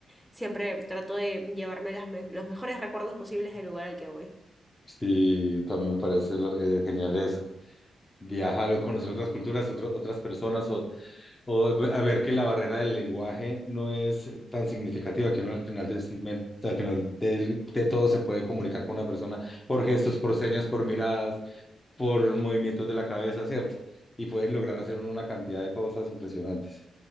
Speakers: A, in the centre; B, on the left.
A: siempre trato de llevarme las me- los mejores recuerdos posibles del lugar al que voy.
B: Sí, también me parece lo- eh, genial eso. Viajar, conocer otras culturas, otro- otras personas, o O eh, a ver que la barrera del lenguaje no es tan significativa, que uno al final de, al final del- de todo se puede comunicar con una persona por gestos, por señas, por miradas, por movimientos de la cabeza, ¿cierto? Y pueden lograr hacer uno una cantidad de cosas impresionantes.